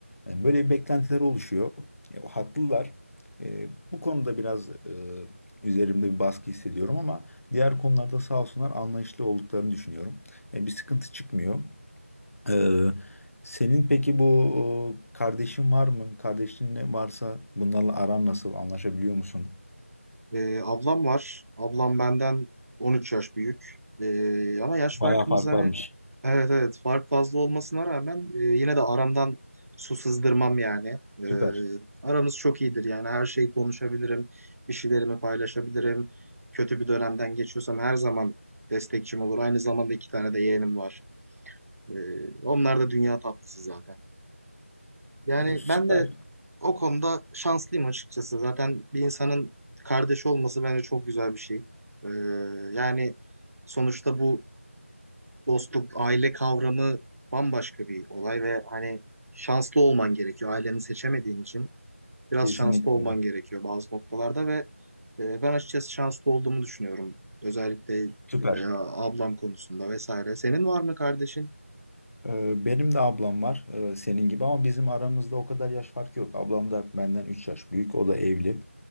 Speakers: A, on the left (about 75°); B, on the right (about 80°).
A: E, böyle bir beklentiler oluşuyor. E, o haklılar. E, bu konuda biraz e, üzerimde bir baskı hissediyorum ama diğer konularda sağ olsunlar anlayışlı olduklarını düşünüyorum. E, bir sıkıntı çıkmıyor. Ee, senin peki bu e, kardeşin var mı? Kardeşin ne varsa bunlarla aran nasıl? Anlaşabiliyor musun?
B: Ee, ablam var. Ablam benden 13 yaş büyük. Ee, ama yaş
A: Bayağı
B: farkımız
A: fark
B: hani
A: varmış.
B: evet evet fark fazla olmasına rağmen e, yine de aramdan su sızdırmam yani. Ee,
A: Süper.
B: aramız çok iyidir yani her şeyi konuşabilirim. Bir şeylerimi paylaşabilirim. Kötü bir dönemden geçiyorsam her zaman destekçim olur. Aynı zamanda iki tane de yeğenim var. Ee, onlar da dünya tatlısı zaten. Yani
A: Ee, süper.
B: ben de o konuda şanslıyım açıkçası. Zaten bir insanın kardeşi olması bence çok güzel bir şey. Ee, yani sonuçta bu dostluk, aile kavramı bambaşka bir olay ve hani şanslı olman gerekiyor. Aileni seçemediğin için biraz
A: Kesinlikle
B: şanslı olman
A: öyle.
B: gerekiyor bazı noktalarda ve e, ben açıkçası şanslı olduğumu düşünüyorum. Özellikle
A: Süper.
B: e, ablam konusunda vesaire. Senin var mı kardeşin?
A: Ee, Benim de ablam var e, senin gibi ama bizim aramızda o kadar yaş farkı yok. Ablam da benden 3 yaş büyük. O da evli.